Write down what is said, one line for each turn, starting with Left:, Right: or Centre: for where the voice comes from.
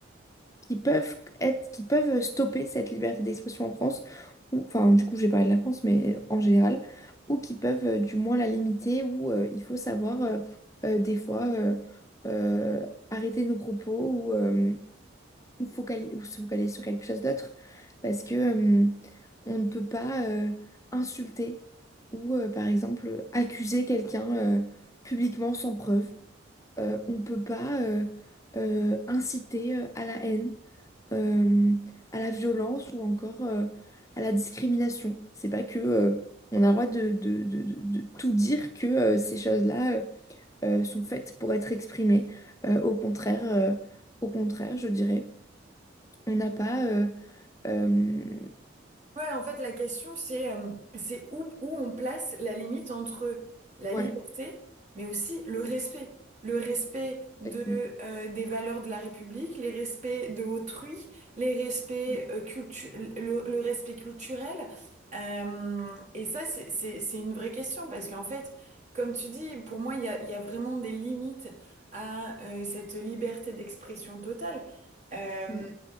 Left: qui peuvent être, qui peuvent stopper cette liberté d'expression en France, ou enfin du coup j'ai parlé de la France, mais en général, ou qui peuvent euh, du moins la limiter, ou euh, il faut savoir euh, euh, des fois euh, euh, arrêter nos propos ou, euh, ou focali- ou se focaliser sur quelque chose d'autre, parce que euh, on ne peut pas euh, insulter ou euh, par exemple accuser quelqu'un euh, publiquement sans preuve. Euh, on ne peut pas euh, euh, inciter euh, à la haine euh, à la violence ou encore euh, à la discrimination. C'est pas que euh, on a le droit de, de- de- de- de tout dire que euh, ces choses-là euh, euh, sont faites pour être exprimées. Euh, au contraire, euh, au contraire, je dirais, on n'a pas. euh, euh,
Right: Ouais, en fait, la question, c'est euh, c'est où, où on place la limite entre la
Left: ouais,
Right: liberté, mais aussi le respect. Le respect de,
Left: exactement.
Right: euh, des valeurs de la République, les respects de autrui, les respects,
Left: Mm,
Right: euh, cultu- le, le respect culturel. Euh, et ça, c'est, c'est, c'est une vraie question parce qu'en fait, comme tu dis, pour moi, il y a, il y a vraiment des limites à euh, cette liberté d'expression totale euh,
Left: mm,